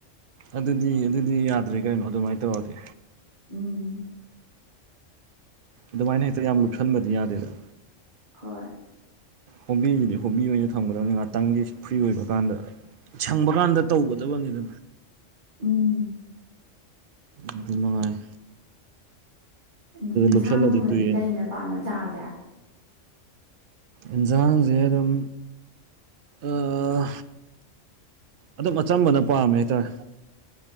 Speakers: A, on the right; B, on the right.
A: ꯑꯗꯨꯗꯤ ꯑꯗꯨꯗꯤ ꯌꯥꯗ꯭ꯔꯦ ꯀꯩꯅꯣ ꯑꯗꯨꯃꯥꯏꯅ ꯇꯧꯔꯗꯤ꯫
B: ꯎꯝ꯫
A: ꯑꯗꯨꯃꯥꯏꯅ ꯍꯦꯛꯇ ꯌꯥꯝ ꯂꯨꯞꯁꯟꯕꯗꯤ ꯌꯥꯗꯦꯗ꯫
B: ꯍꯣꯏ꯫
A: ꯍꯣꯕꯤꯕꯨꯗꯤ ꯍꯣꯕꯤ ꯑꯣꯏꯅ ꯊꯝꯒꯗꯕꯅꯤ ꯉꯥꯛꯇꯪꯒꯤ ꯐ꯭ꯔꯤ ꯑꯣꯏꯕ ꯀꯥꯟꯗ ꯁꯪꯕ ꯀꯥꯟꯗ ꯇꯧꯒꯗꯕꯅꯤꯗ
B: ꯎꯝ꯫
A: ꯑꯗꯨꯃꯉꯥꯏ
B: ꯏꯟ ꯏꯟꯁꯥꯡꯒꯨꯝꯕꯗꯤ
A: ꯂꯨꯞꯁꯜꯂꯗꯤ ꯇꯣꯛꯑꯦꯅ
B: ꯀꯩꯅ ꯄꯥꯝꯅ ꯆꯥꯒꯦ꯫
A: ꯏꯟꯖꯥꯡꯖꯦ ꯑꯗꯨꯝ ꯑꯥ ꯑꯗꯨꯝ ꯑꯆꯝꯕꯅ ꯄꯥꯝꯃꯦ ꯍꯥꯏꯇꯥꯔꯦ